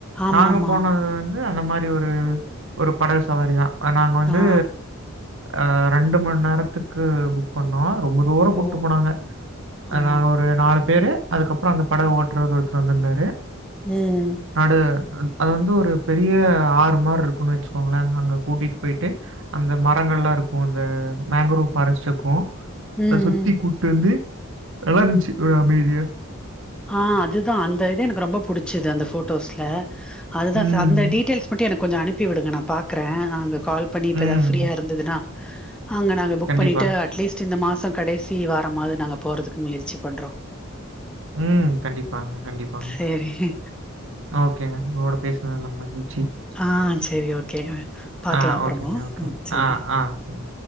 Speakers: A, in the centre; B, on the right (about 65°).
A: ஆமாமா
B: நாங்க போனது வந்து அந்த மாரி ஒரு ஒரு படகு சவாரி தா அ நாங்க வந்து
A: ஆ
B: அ ரெண்டு மண் நேரத்துக்கு புக் பண்ணா ரொம்ப தூரோ
A: ஓ
B: கூட்டு போனாங்க அ
A: ஆ
B: நாங்க ஒரு நாலு பேரு அதுக்கப்றோ அந்த படக ஓட்டுறவர் ஒருத்தர் வந்துருந்தாரு
A: ம்
B: நடு அது வந்து ஒரு பெரிய ஆறு மார் இருக்குன்னு வச்சுக்கோங்கள அங்க கூட்டிட்டு போயிட்டு அந்த மரங்கள்லா இருக்கு அந்த மேங்க்ரோவ் ஃபாரஸ்ட் இருக்கோ
A: ம்
B: அத சுத்தி கு ட்டு வந்து நல்லா இருந்துச்சு ஒரு அமைதியா
A: ஆ அதுதா அந்த இது எனக்கு ரொம்ப புடிச்சிது அந்த போட்டோஸ்ல அதுதா
B: ம்.
A: ச அந்த டீட்டெல்ஸ் மட்டு எனக்கு கொஞ்சோ அனுப்பி விடுங்க நா பாக்றே நா அங்க கால் பண்ணி இப்ப
B: ம்.
A: எதா ஃப்ரீயா இருந்துதுனா அங்க நாங்க புக்
B: கண்டிப்பா.
A: பண்ணிட்டு அட்லீஸ்ட் இந்த மாசோ கடைசி வாரமாது நாங்க போறதுக்கு முயற்சி பண்றோ
B: ம் கண்டிப்பாங்க கண்டிப்பாங்க
A: செரி
B: ஓக்கேங்க உங்களோட பேசுனதுல மகிழ்ச்சி
A: ஆ சேரி ஓகே பாக்கலா
B: ஆ
A: அப்புறமா
B: ஓக்கேங்க ஓக்கே
A: ம் சேரி
B: ஆ ஆ சரி